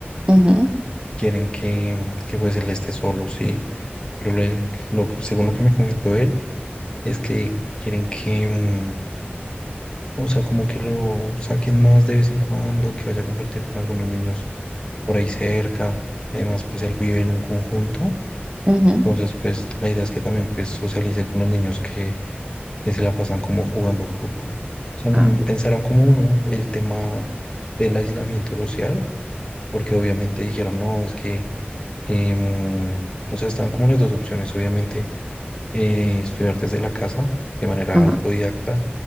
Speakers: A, on the right; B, on the left.
A: Ujú,
B: quieren que, que pues él esté solo, sí, pero le- lo, según lo que me comentó él es que quieren que, O sea, como que lo saquen más de vez en cuando, que vaya a compartir con algunos niños por ahí cerca. Además, pues él vive en un conjunto.
A: ujú.
B: Entonces, pues la idea es que también pues socialice con los niños que, que se la pasan como jugando fútbol. O sea, mm,
A: Ah,
B: pensaron como ¿no? el tema del aislamiento social, porque obviamente dijeron, no, es que, em, o sea, estaban como las dos opciones, obviamente, eh, estudiar desde la casa de manera
A: ajá,
B: autodidacta